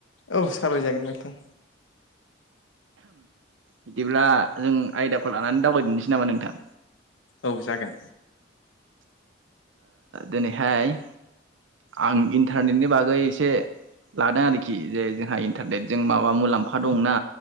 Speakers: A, on the left; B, on the right.
A: औ सालायजागोन नोंथां
B: बिदिब्ला जों आयदाखौ लानानै दावबायदनोसै नामा नोंथां
A: औ जागोन
B: दिनैहाय आं इन्टारनेटनि बागै एसे लादों आरोखि जे जोंहा इन्टारनेटजों माबा मुलाम्फा दंनाा